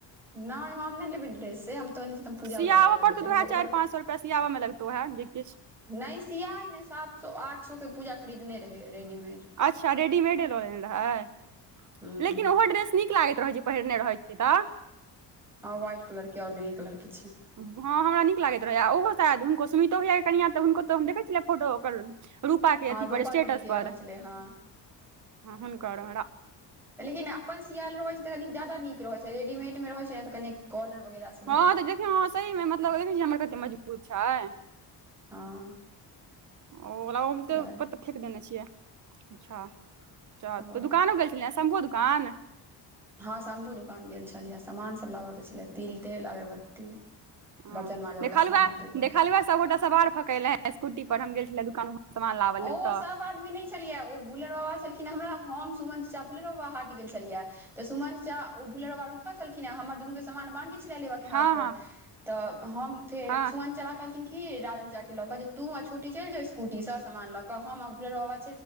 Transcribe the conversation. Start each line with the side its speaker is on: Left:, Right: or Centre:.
Centre: नहि हम ने लेबय ड्रेस से हम तऽ नहि तऽ हम पूजा
Right: सियाबऽ
Centre: वला लऽ लेबै
Right: पड़तौ
Centre: कियाकि
Right: तऽ उह चारि
Centre: ओकर
Right: पाँच सए रुपया सियाबऽ लगतौ उहे जे किछ
Centre: नहि सियाई नहि सात सौ आठ सौ के पूजा खरीदने रहै रेडीमेड
Right: अच्छा रेडीमेडे लऽ लेने रहै
Centre: हूँ
Right: लेकिन ओहो ड्रेस नीक नीक लागैत रहैत छै पहिरने रहैत छै तऽ
Centre: हँ वहाइट कलर के आओर ग्रे कलर के छै
Right: हँ हमरा नीक लागैत रहै आ ओहो शायद हुनको सुमितो भईया कनिया तऽ हुनको तऽ हम देखै छलियै फोटो ओकर रूपाके
Centre: हँ
Right: अथी
Centre: रूपा
Right: पर स्टेटस
Centre: दीदी के
Right: पर
Centre: रहै छलै हँ
Right: हुनकर
Centre: कनि अपन सियाल रहै छै तऽ कनी जादा नीक रहै छै रेडीमेड मे रहै छै ने तऽ कनि कलर वगैरह सभ
Right: हँ तऽ देखियौ सहीमे मतलब देखे छी हमर कतेक मजबूत छै
Centre: हँ
Right: ओ ओला ओमे तऽ
Centre: दुआरे
Right: प्त फेेक देने छियै अच्छा चल
Centre: ओ
Right: तऽ दुकानो गेल छलिय शंभुओ दुकान
Centre: हँ शम्भु दोकान गेल छलियै सामानसभ लेयके छलै तिल तेल अगरबत्ती
Right: ह
Centre: बर्तन माजऽ
Right: देखलु
Centre: वला साबुन ताहि दुआरे
Right: देखलु सबगोटा सवार भकेले स्कूटी पर हम गेल छले दुकान सामान लाबऽ
Centre: ओ
Right: लेल तऽ
Centre: सब आदमी नहि छलियै ओ बुलर बाबा छलखिन हमरा हम सुमन चच्चा बाबा हाट गेल छलियै तऽ सुमन चाचा ओ भुलर बाबा रुकल छलखिन हे हमर दुनू के सामान बाकी छले लेब के
Right: हँ
Centre: हाट पर
Right: हँ
Centre: तऽ हम फेर
Right: हँ
Centre: सुमन चचा कहलखिन कि राजन चाचाक लऽ कऽ जे तू आ छोटी चलि जाउ स्कूटीसँ समान लक हम आ भुलर बाबा